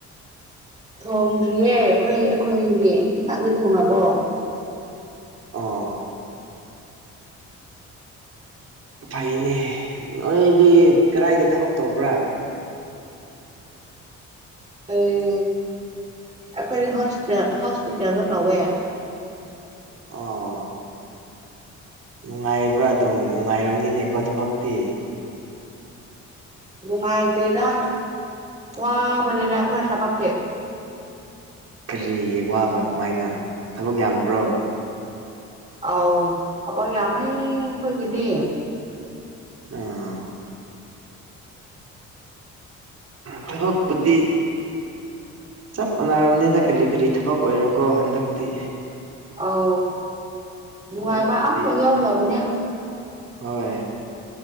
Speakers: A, on the right; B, on the right.
A: ꯊꯣꯡꯗ꯭ꯔꯤꯌꯦ ꯑꯩꯈꯣꯏ ꯑꯩꯈꯣꯏꯗꯤ ꯅꯍꯪꯗꯤ ꯊꯣꯉꯕꯣ
B: ꯑ ꯐꯩꯅꯦ ꯅꯣꯏꯗꯤ ꯀꯗꯥꯏꯗ ꯊꯕꯛ ꯇꯧꯕ꯭ꯔꯥ
A: ꯑꯩ ꯑꯩꯈꯣꯏ ꯍꯣꯁꯄꯤ ꯍꯣꯁꯄꯤꯇꯥꯦꯜꯗꯣ ꯇꯧꯋꯦ
B: ꯑꯣ ꯅꯨꯡꯉꯥꯏꯕ꯭ꯔꯥ ꯑꯗꯨꯝ ꯅꯨꯡꯉꯥꯏꯔꯝꯅꯤꯅꯦꯀꯣ ꯊꯕꯛꯇꯤ
A: ꯅꯨꯡꯉꯥꯏꯇꯦꯗ ꯋꯥꯕꯅꯤꯅ ꯑꯩꯈꯣꯏ ꯁꯥꯄꯛꯇꯦ
B: ꯀꯔꯤꯒꯤ ꯋꯥꯕ ꯀꯃꯥꯏꯅ ꯊꯕꯛ ꯌꯥꯝꯕ꯭ꯔꯣ
A: ꯑꯣ ꯍꯕ ꯌꯥꯔꯃꯦ ꯍꯒꯗꯤ
B: ꯑꯥ ꯊꯕꯛꯄꯨꯗꯤ ꯆꯞ ꯃꯥꯟꯅꯔꯕꯅꯤꯗ ꯀꯔꯤ ꯀꯔꯤ ꯊꯕꯛ ꯑꯣꯏꯔꯣꯀꯣ ꯍꯟꯗꯛꯇꯤ
A: ꯑꯥꯎ ꯅꯨꯡꯉꯥꯏꯕ
B: ꯊꯕꯛꯇꯤ
A: ꯑꯐꯣ ꯌꯥꯎꯂꯎꯕꯅꯦ
B: ꯍꯣꯏ